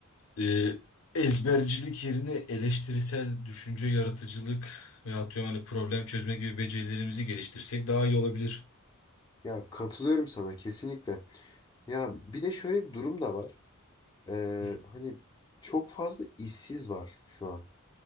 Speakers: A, on the left; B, on the left.
A: e, ezbercilik yerine eleştirisel düşünce, yaratıcılık ve atıyorum hani problem çözme gibi becerilerimizi geliştirsek daha iyi olabilir.
B: Ya katılıyorum sana kesinlikle. Ya bir de şöyle bir durum da var. Ee,
A: Hı hı.
B: hani çok fazla işsiz var şu an.